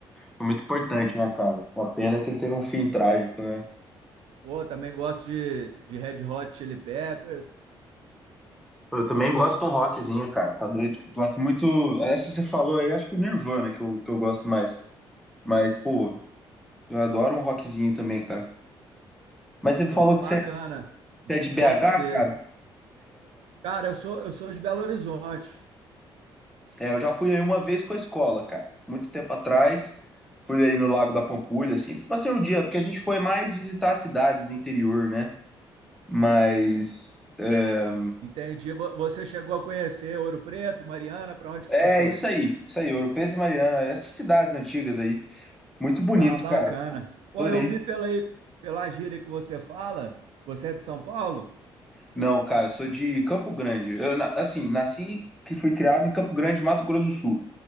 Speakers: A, in the centre; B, on the right.
A: foi muito importante, né, cara? Uma pena que ele teve um fim trágico, né?
B: Pô, também gosto de, de Red Hot Chili Peppers.
A: Pô, Eu também gosto de um rockzinho, cara. Tá doido? Eu gosto muito. Essa que você falou aí, acho que o Nirvana que eu, que eu gosto mais. Mas, pô, eu adoro um rockzinho também, cara. Mas você me
B: Pô,
A: falou que
B: bacana.
A: você é
B: B-
A: você é de BH,
B: Bom saber.
A: cara?
B: Cara, eu sou, eu sou de Belo Horizonte.
A: É, eu já fui aí uma vez com a escola, cara. Muito tempo atrás. Fui aí no Lago da Pampulha, assim. Fui passei um dia, porque a gente foi mais visitar as cidades do interior, né? Mas. É,
B: Entendi. Vo- Você chegou a conhecer Ouro Preto, Mariana, para onde
A: é
B: que você foi?
A: isso aí. Isso aí, Ouro Preto e Mariana. Essas cidades antigas aí. Muito bonito,
B: Ah, bacana.
A: cara.
B: Pô,
A: Adorei.
B: eu vi pela, aí- pela gíria que você fala, você é de São Paulo?
A: Não, cara, eu sou de Campo Grande. Eu, na- assim, nasci que fui criado em Campo Grande, Mato Grosso do Sul.